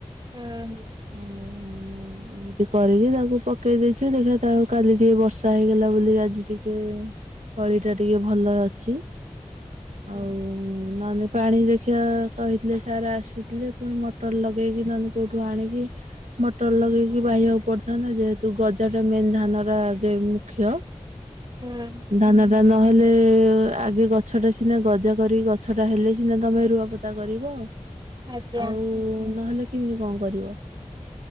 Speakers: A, on the right (about 35°); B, on the right (about 85°).
A: ହୁଁ-ହୁଁ।
B: ଆଉ ଏମିତି କରିକି ତାକୁ ପକେଇ ଦେଇଛି ଦେଖିବା ଯାହେଉ କାଲି ଟିକେ ବର୍ଷା ହେଇଗଲା ବୋଲି ଆଜି ଟିକେ ତଳିଟା ଟିକେ ଭଲ ଅଛି। ଆଉ
A: ହୁଁ।
B: ନହେଲେ ପାଣି ଦେଖିବା କହିଥିଲେ ସାର୍ ଆସିଥିଲେ ପୁଣି ମଟର ଲଗେଇକି ନହେଲେ କୋଉଠୁ ଆଣିକି ମଟର ଲଗେଇକି ବାହିବାକୁ ପଡିଥାନ୍ତା ଯେହେତୁ ଗଜାଟା ମେନ୍ ଧାନଟା ଆଗେ ମୁଖ୍ୟ
A: ହୁଁ। ହୁଁ
B: ଧାନଟା ନହେ ହେଲେ ଆଗେ ଗଛଟା ସିନା ଗଜା କରି ଗଛଟା ହେଲେ ସିନା ତମେ ରୁଆପୋତା <inaudible> କରିବ
A: ଆଜ୍ଞା
B: ଆଉ ନହେଲେ କେମିତି କଣ କରିବ।